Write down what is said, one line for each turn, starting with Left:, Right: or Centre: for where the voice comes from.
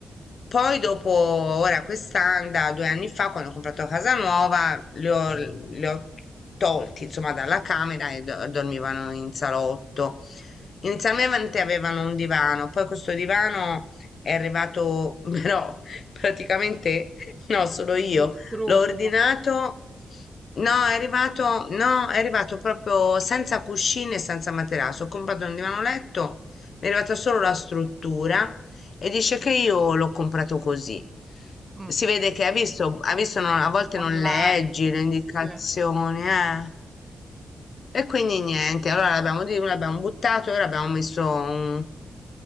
Left: Poi dopo, ora quest'anno, da due anni fa, quando ho comprato casa nuova, li ho, li ho tolti, insomma, dalla camera e do- dormivano in salotto. Inizialmente avevano un divano, poi questo divano è arrivato, <laughs> però praticamente no, sono io.
Right: distrutto,
Left: L'ho ordinato. No, è arrivato, no, è arrivato proprio senza cuscine e senza materasso. Ho comprato un divano letto, mi è arrivata solo la struttura e dice che io l'ho comprato così.
Right: mh,
Left: Si
Right: Mm.
Left: vede che ha visto, ha visto, non- a volte
Right: online,
Left: non leggi le indicazioni,
Right: sì,
Left: eh. E quindi niente, allora l'abbiamo di- l'abbiamo buttato e ora abbiamo messo un,